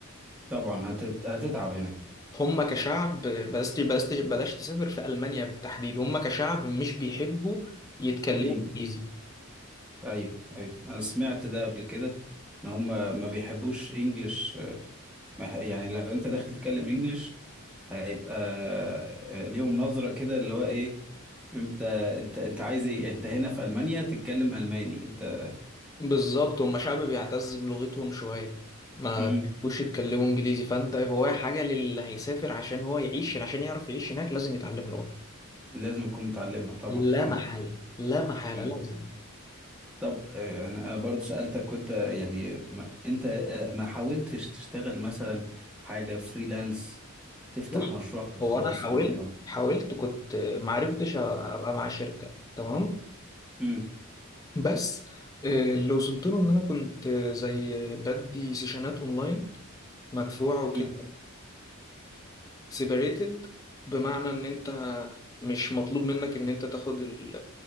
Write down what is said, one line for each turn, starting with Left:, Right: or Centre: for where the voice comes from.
Centre: طبعا هتت... هتتعب هناك
Left: هم كشعب بلاش بلاش بلاش تسافر في ألمانيا بالتحديد هم كشعب مش بيحبوا يتكلموا
Centre: الانجليش
Left: إنجليزي
Centre: ايوه ايوه انا سمعت ده قبل كده ان هم ما بيحبوش انجلش ما يح- يعني لو انت داخل تتكلم انجلش هيبقى آه، ليهم نظرة كده اللي هو ايه انت انت انت عايز ايه انت هنا في المانيا تتكلم الماني انت
Left: بالظبط هم شعب بيعتز بلغتهم شوية ما
Centre: مم.
Left: مم. بيحبوش يتكلموا انجليزي فانت هو حاجة للي هيسافر عشان هو يعيش عشان يعرف يعيش هناك لازم يتعلم لغة
Centre: لازم تكون متعلمها طبعا
Left: لا
Centre: عندك
Left: محالة
Centre: حق
Left: لا محالة
Centre: مم.
Left: لازم
Centre: طب آه، انا أنا برضو سألتك وانت يعني ما انت آه، ما حاولتش تشتغل مثلا حاجة فريلانس تفتح
Left: بص
Centre: مشروعك الخاص
Left: هو انا حاولت
Centre: مثلا
Left: حاولت كنت ما عرفتش ابقى مع شركة تمام
Centre: مم.
Left: بس آه، اللي وصلت له ان انا كنت آه، زي بدي سيشنات اونلاين مدفوع وكده
Centre: مم.
Left: سيبريتد بمعنى ان انت مش مطلوب منك ان انت تاخد ال